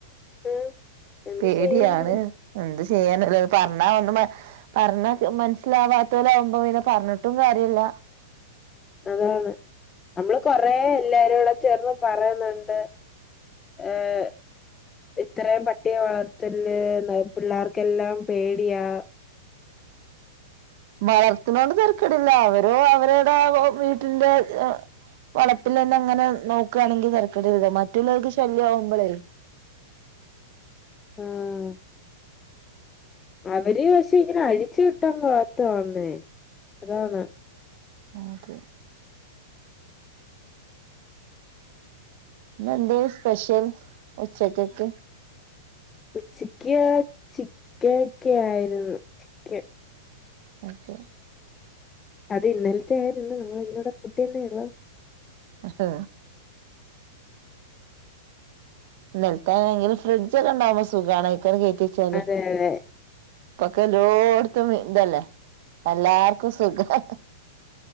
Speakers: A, on the left; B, on the right.
A: ഉം എന്ത്
B: പേടിയാണ്
A: ചെയ്യാന്
B: എന്ത് ചെയ്യാനല്ലോത് പറഞ്ഞ ഒന്ന <unintelligible> പറഞ്ഞാ മനസ്സിലാവാത്തലാവുമ്പോ പിന്നെ പറഞ്ഞിട്ടും കാര്യല്ല
A: അതാണ് നമ്മള് കൊറേ എല്ലാരുംടെ ചേർന്ന് പറയുന്നുണ്ട് ഏ ത്രയും പട്ടിയെ വളർത്തല്ലേന്ന് പിള്ളേർക്കെല്ലാം പേടിയാ
B: വളർത്തിനോണ്ട് തരക്കേടില്ല അവരോ അവരുടെ വീട്ടിന്റെ വളപ്പിൽ ന്നെ അങ്ങനെ നോക്കണെങ്കി തെരക്കേണ്ടി ല്ല മറ്റുള്ളവർക്ക് ശല്യമാവുമ്പോളേ
A: ആഹ് അവര് പക്ഷെ ഇങ്ങനെ അഴിച്ചു വിട്ടാ വളർത്തുന്നേ അതാണ്
B: നക്ക് എന്ത സ്പെഷ്യൽ ഉച്ചക്കൊക്ക്
A: ഉച്ചക്ക് ചിക്കൻ ഒക്കെ ആയിരുന്നു. ചിക്കൻ
B: ഓക്കെ
A: അത് ഇന്നലത്തെ ആയിരുന്നു നമ്മൾ ഇന്നടെ കുട്ടിന്നെള്ളത്
B: ഹഹ നിലത്തങ്കിലും ഫ്രിഡ്ജ ഒക്കെ ഉണ്ടാവുമ്പോ സുഖണ് അഴികങ്ങട്ട് കേറ്റിവെച്ചാല്
A: അതെ അതെ
B: ഇപ്പൊക്കെ എല്ലോടത്തും ഇതല്ലേ എല്ലാർക്കും സുഖം